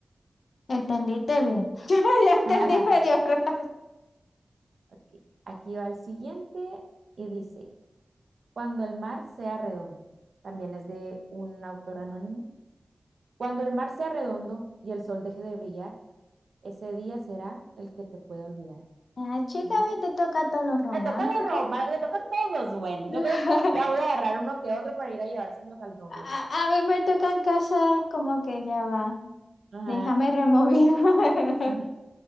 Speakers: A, on the left (about 85°); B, on the right (about 75°).
A: ¿Entendiste bien? <laughs> Yo entendí
B: <laughs>
A: medio raro.
B: Ok, Aquí va el siguiente y dice, cuando el mar sea redondo, también es de un autor anónimo. Cuando el mar sea redondo y el sol deje de brillar, ese día será el que te pueda olvidar.
A: Ah, chica,
B: Mm.
A: a mí te toca todos los románticos.
B: Me tocan los romanos, me tocan todos los buenos.
A: <laughs>
B: Yo creo que ya voy a agarrar uno que otro para ir a llevárselos al novio.
A: A, a mí me tocan cosas como que ya va.
B: Ajá.
A: Déjame remover. <laughs>
B: Ajá.